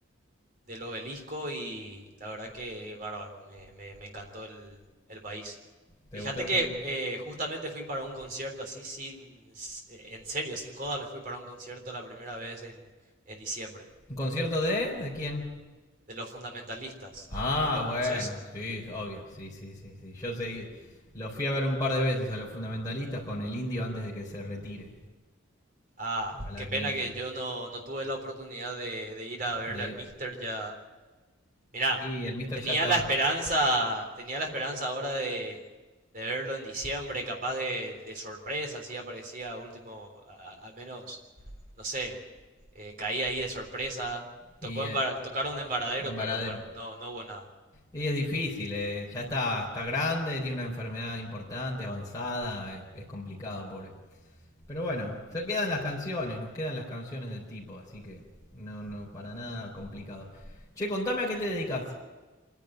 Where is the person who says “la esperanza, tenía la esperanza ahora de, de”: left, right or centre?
Right